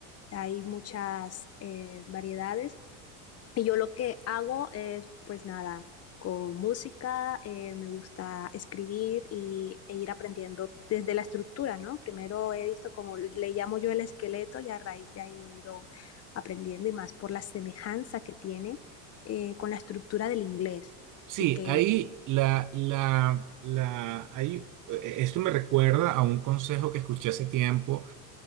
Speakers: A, on the left (about 30°); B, on the right (about 40°).
A: hay muchas eh, variedades y yo lo que hago es, pues nada, con música, eh, me gusta escribir y, e ir aprendiendo desde la estructura, ¿no? Primero he visto como le llamo yo el esqueleto y a raíz de ahí he ido aprendiendo y más por la semejanza que tiene eh, con la estructura del inglés
B: Sí,
A: y que
B: ahí la, la, la, ahí, eh, esto me recuerda a un consejo que escuché hace tiempo